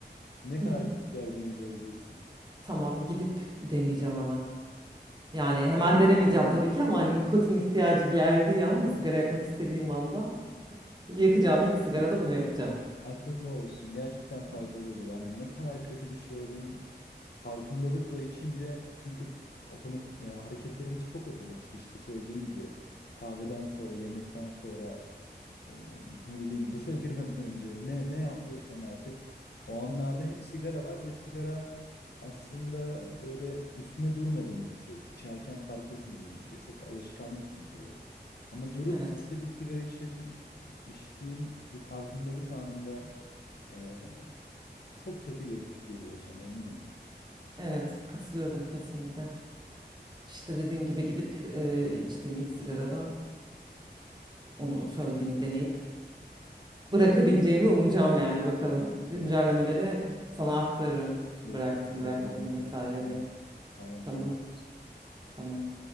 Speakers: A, on the left (about 65°); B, on the right (about 25°).
A: Ne kadar
B: Hı hı.
A: kötü geleceğini göreceksin.
B: Tamam gidip deneyeceğim hemen. Yani hemen denemeyeceğim tabii ki ama hani nikotin ihtiyacı geldiği an ve sigara yakmak istediğim anda yakacağım ilk sigarada bunu yapacağım.
A: aklında olsun. Gerçekten faydalı
B: Tamam.
A: oluyor. Yani ne kadar kötü bir şey olduğunun farkındalıkla içince çünkü otomatik e, hareketlerimiz çok otomatik işte söylediğin gibi kahveden sonra, yemekten sonra ee, ne bileyim duşa girmeden önce ne ne yapıyorsan artık o anlarda hep sigara var ve sigara aslında böyle üstüne durmadığın bir şey. İçerken fark etmediğin bir şey. Çok alışkanlık çünkü bu. Ama durup
B: Evet.
A: sadece sigara için içtiğin bir farkındalık anında e, çok kötü get- geliyor sana emin ol.
B: Evet. Katılıyorum kesinlikle. İşte dediğim gibi gidip e, içtiğim ilk sigarada onu söylediğini deneyip bırakabileceğimi umacağım yani bakalım. Güncellemeleri
A: Bekliyorum,
B: sana aktarırım.
A: bekliyorum
B: Bıraktım, bırakmadım
A: yorumlarını.
B: vesaire
A: Tamam,
B: diye.
A: tamam
B: Tamam.
A: konuş.
B: Tamam.